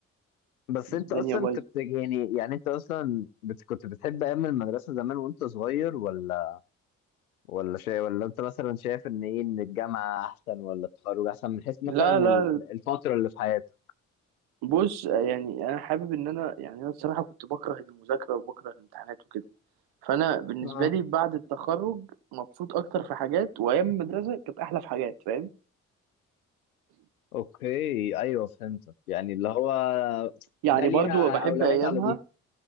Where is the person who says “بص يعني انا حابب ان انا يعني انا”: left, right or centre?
Right